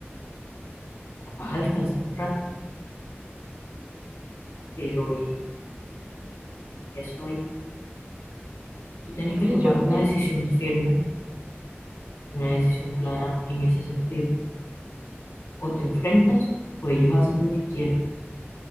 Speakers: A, on the left; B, on the right.
A: Capaz a descansar un rato, pero y, y eso ahí Tú tienes
B: Pues
A: que tomar
B: yo sé,
A: una decisión firme y una decisión clara en ese sentido. O te enfrentas o ellos hacen lo que quieren.